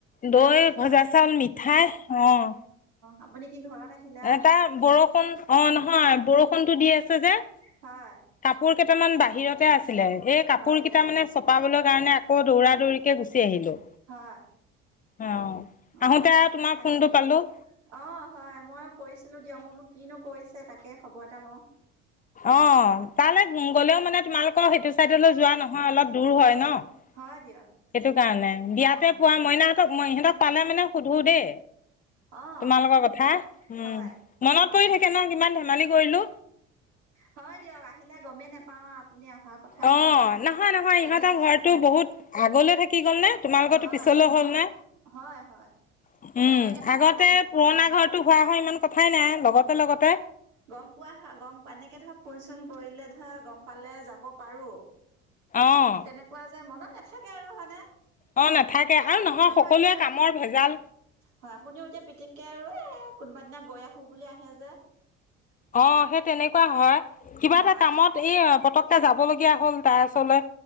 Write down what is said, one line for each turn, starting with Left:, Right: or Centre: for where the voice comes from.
Left: দৈ
Right: হয়
Left: ভজা
Right: হয়
Left: চাউল মিঠাই অ',
Right: আপুনি কি ঘৰত, আহিলে আৰু
Left: এটাৰ বৰষণ বৰষুণ অ' নহয় বৰষুণতটো দি আছে যে।
Right: হয়।
Left: কাপোৰ কেইটামান বাহিৰতে আছে। ছিলে এই কাপোৰ
Right: হয় দিয়ক
Left: কেইটা মানে চপাবলৈ কাৰণে আকৌ দৌৰা-দৌৰি, কে গুচি আহিলো।
Right: হয়।
Left: অ।
Right: অ
Left: আহোতে তোমাৰ
Right: তাক
Left: ফোনটো পালো।
Right: অ' হয় মই কৰিছিলো দিয়া মই বোলো কিনো কৰিছে তাকে খবৰ এটা লও।
Left: অ' তালৈ গ'লেও মানে তোমালোকৰ সেইটো চাইডলৈ যোৱা নহয় অলপ দূৰ হয় ন। সেইটো
Right: হয় দিয়ক
Left: কাৰণে বিয়াতে
Right: অ'
Left: পোৱা মইনাহতক সিহঁতক পালে মানে সুধো দেই
Right: অ'
Left: তোমালোকৰ কথা উম,
Right: হয়
Left: মনত পৰি
Right: অ'
Left: থাকে ন কিমান ধেমালি কৰিলো।
Right: হয় দিয়ক আহিলে গমেই নেপাও আৰু আপুনি অহাৰ কথা
Left: অ
Right: হয়
Left: নহয় নহয়
Right: যেনে
Left: ইহঁতৰ ঘৰটো বহুত আগলৈ থাক কি গল নে, তোমালোকৰ
Right: হয়
Left: পিছলে হ'ল নে?
Right: হয় হয়
Left: উ
Right: এনেকে ধৰ
Left: আগতে
Right: গম
Left: পুৰণ ঘ টো হোৱা হয় ইমান কথাই নাই। লগতে লগতে
Right: গম পোৱা হয় গম এনেকে ধৰক ফোন চোন কৰিলে ধৰা গম পালে যাব পাৰো।
Left: অ',
Right: তেনেকুৱা যে মনত নেথাকে। কে আৰু হয়নে?
Left: অ', নাথাকে
Right: এ
Left: আৰু
Right: আপুনিও
Left: নহয় সকলোৱে
Right: ধৰ এতিয়া
Left: কামৰ ভেজাল
Right: হয় আপুনিও এতিয়া পিতিককে আৰু এ কোনোবাদিনা গৈ আহো। বুলি আহে যে।
Left: অ' সেই তেনেকুৱা হয়। কিবা
Right: হয়
Left: এটা কামত এই পতককে যাব লগগীয়া হ'ল তাৰ ওচৰলে।